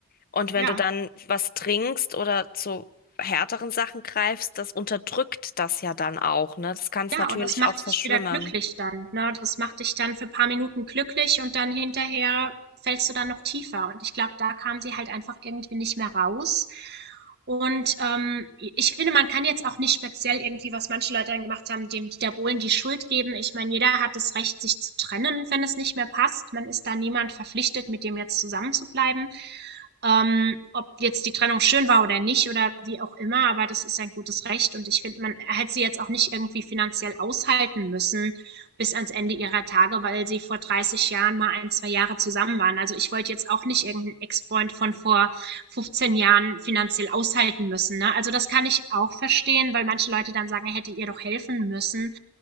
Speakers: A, on the left; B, on the right.
A: Und wenn
B: ja.
A: du dann was trinkst oder zu härteren Sachen greifst, das unterdrückt das ja dann auch, ne? Das kann es
B: Ja,
A: natürlich
B: und das macht
A: auch verschwimmen.
B: dich wieder glücklich dann, ne? Das macht dich dann für paar Minuten glücklich und dann hinterher fällst du dann noch tiefer. Und ich glaube, da kam sie halt einfach irgendwie nicht mehr raus. Und ähm, ich finde, man kann jetzt auch nicht speziell irgendwie, was manche Leute dann gemacht haben, dem Dieter Bohlen die Schuld geben. Ich meine, jeder hat das Recht, sich zu trennen, wenn es nicht mehr passt. Man ist da niemand verpflichtet, mit dem jetzt zusammen zu bleiben ähm, ob jetzt die Trennung schön war oder nicht oder wie auch immer, aber das ist ein gutes Recht und ich finde, man hätte sie jetzt auch nicht irgendwie finanziell aushalten müssen bis ans Ende ihrer Tage, weil sie vor 30 Jahren mal ein, zwei Jahre zusammen waren. Also ich wollte jetzt auch nicht irgendeinen Ex-Freund von vor 15 Jahren finanziell aushalten müssen. Ne? Also das kann ich auch verstehen, weil manche Leute dann sagen, er hätte ihr doch helfen müssen.